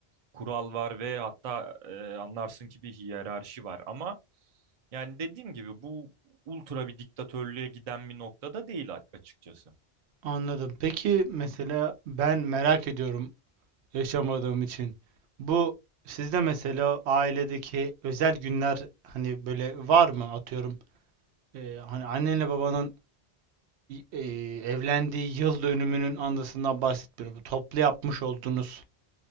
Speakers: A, on the right (about 45°); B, on the right (about 80°).
A: kural var ve hatta e, anlarsın ki bir hiyerarşi var. Ama yani dediğim gibi bu ultra bir diktatörlüğe giden bir noktada değil a- açıkçası.
B: Anladım. Peki mesela ben merak ediyorum yaşamadığım için. Bu sizde mesela ailedeki özel günler hani böyle var mı atıyorum? E, hani annenle babanın e, evlendiği yıl dönümünün andasından bahsetmiyorum. Bu toplu yapmış olduğunuz